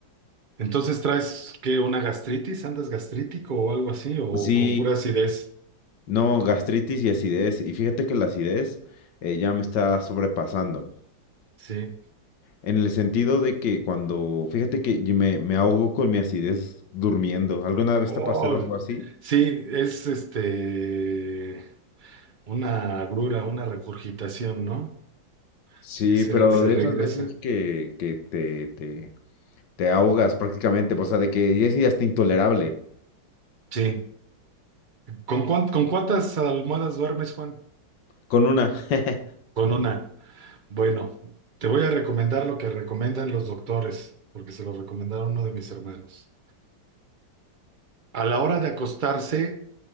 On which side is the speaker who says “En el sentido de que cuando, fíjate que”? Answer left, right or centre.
Left